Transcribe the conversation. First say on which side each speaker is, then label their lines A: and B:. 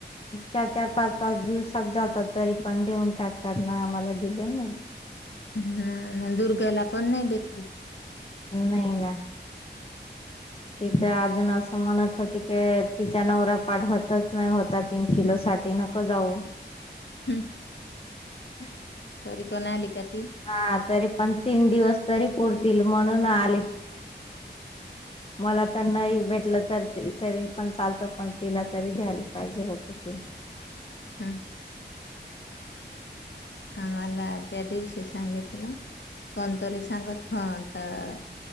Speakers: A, on the left; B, on the left.
A: चार पाच पाच दिवसात जातात तरी पण देऊन टाकतात ना आम्हाला दिले नाही.
B: ह दुर्गाला पण नाही भेटली
A: नाही ना. तिथं अजून असं म्हणत होती की तिच्या नवऱ्या पाठवतच नाही होता तीन किलो. सा नक जाऊ.
B: हम्.
A: हम्.
B: तरी कोणाली का? ती
A: हा तरी पण तीन दिवस तरी पुरतील म्हणून आली. मला तर नाही भेटलं तर तरी पण चालतं पण तिला तरी द्यायला पाहिजे होत ते
B: हम् आम्हाला त्या दिवशी सांगितलं कोणतरी सांगत हा तर